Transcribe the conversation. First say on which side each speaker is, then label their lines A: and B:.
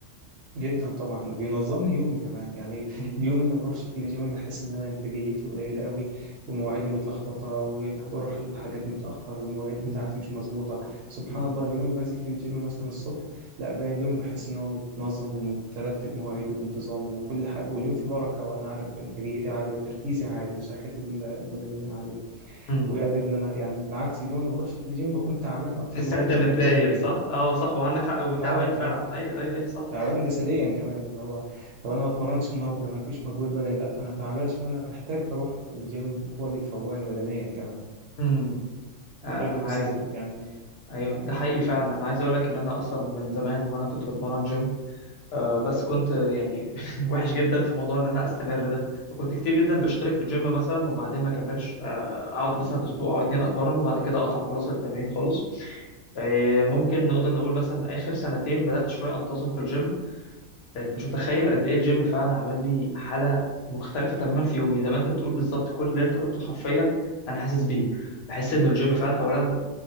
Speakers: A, on the right (about 65°); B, on the left (about 55°).
A: جدا طبعا وبينظم لي يومي كمان يعني
B: مم.
A: اليوم اللي ما بروحش فيه الجيم بحس ان انا انتاجيتي قليله قوي ومواعيدي متلخبطه وبروح للحاجات متاخر والمواعيد بتاعتي
B: مم.
A: مش مظبوطه سبحان
B: مم.
A: الله اليوم اللي بنزل فيه الجيم مثلا الصبح لا باقي اليوم بحس ان هو متنظم ومترتب مواعيده بانتظام وكل حاجه واليوم فيه بركه وانا عارف انتاجيتي عاليه وتركيزي عالي وصحتي البدنيه عاليه
B: مم.
A: وقادر ان انا يعني بالعكس اليوم اللي ما بروحش فيه الجيم بكون تعبان اكتر
B: تحس
A: من اليوم
B: ان انت
A: اللي
B: متضايق
A: انا بتمرن فيه
B: صح؟ اه صح وعندك حق وتعبان
A: اه
B: فعلا
A: اه
B: ايوه ايوه ايوه صح
A: تعبان جسديا كمان اللي هو طب انا ما اتمرنش النهارده انا ما فيش مجهود بدني لا انا تعبان عشان انا محتاج اروح الجيم هو اللي بيفوقني بدنيا كمان
B: امم
A: ده
B: آه،
A: غير نفسيا
B: انا عايز
A: يعني
B: ايوه ده حقيقي فعلا انا عايز اقول لك ان انا اصلا من زمان وانا كنت بتمرن جيم آه، بس كنت يعني <laughs> وحش جدا في موضوع ان انا استمر ده فكنت كتير جدا بشترك في الجيم مثلا وبعدين ما اكملش آه، اقعد مثلا اسبوع او اتنين اتمرن وبعد كده اقطع خلاص التمرين خالص آه، ممكن نقدر نقول مثلا اخر سنتين بدات شويه انتظم في الجيم انت مش متخيل قد ايه الجيم فعلا عمل لي حاله مختلفه تماما في يومي زي ما انت بتقول بالظبط كل اللي انت قلته حرفيا انا حاسس بيه بحس انه الجيم فعلا اولا